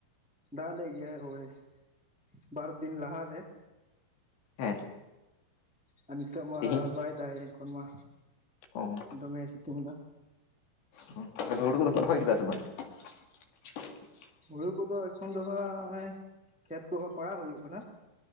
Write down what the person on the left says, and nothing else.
ᱦᱮᱸ
ᱛᱮᱦᱤᱧ
ᱚ
ᱦᱚᱝ ᱦᱳᱲᱳ ᱦᱳᱲᱳ ᱫᱚᱯᱮ ᱨᱚᱦᱚᱭ ᱠᱮᱫᱟ ᱥᱮ ᱵᱟᱝ? <inaudible>